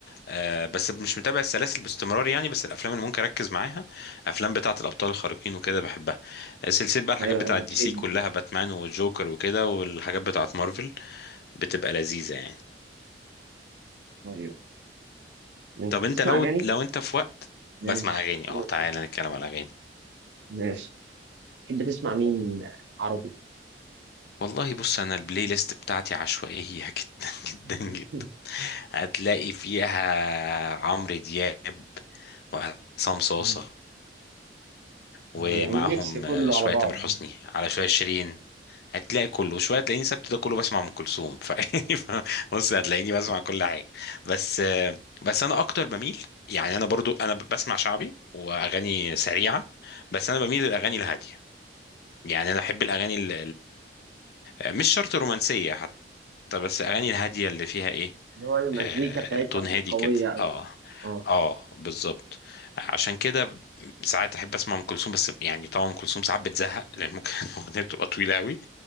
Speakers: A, on the left; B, on the right.
A: آه بس مش متابع السلاسل باستمرار يعني بس الافلام اللي ممكن اركز معاها افلام بتاعه الابطال الخارقين وكده بحبها آه، سلسله بقى الحاجات
B: أيوه
A: بتاعه
B: أيوه بتشد
A: دي سي كلها باتمان والجوكر وكده والحاجات بتاعه مارفل بتبقى لذيذه يعني
B: أيوه أنت
A: طب انت
B: بتسمع
A: لو
B: أغاني؟
A: لو انت في وقت
B: ماشي
A: بسمع اغاني
B: قول.
A: اه تعالى نتكلم على اغاني
B: ماشي تحب تسمع مين آه، عربي؟
A: والله بص انا البلاي ليست بتاعتي عشوائيه <laughs> جدا
B: <laughs>
A: جدا جدا هتلاقي فيها عمرو دياب وعصام صاصه
B: مم.
A: ومعاهم
B: آه يعني ميكس كله
A: آه، شويه
B: على بعضه
A: تامر حسني على شويه شيرين هتلاقي كله وشويه تلاقيني سبت ده كله بسمع ام كلثوم <laughs> فيعني ف- بص هتلاقيني بسمع كل حاجه بس بس انا اكتر بميل يعني انا برضو انا بسمع شعبي واغاني سريعه بس انا بميل للاغاني الهاديه يعني انا بحب الاغاني ال ال مش شرط رومانسيه حتى بس الاغاني الهاديه اللي فيها ايه
B: اللي هو المزيكا
A: آه،
B: بتاعتها
A: تون
B: مش
A: هادي
B: قوية
A: كده
B: أوي
A: اه
B: اه
A: اه بالظبط عشان كده ساعات احب اسمع ام كلثوم بس يعني طبعا ام كلثوم ساعات بتزهق لان ممكن <laughs> الاغنيه بتبقى طويله قوي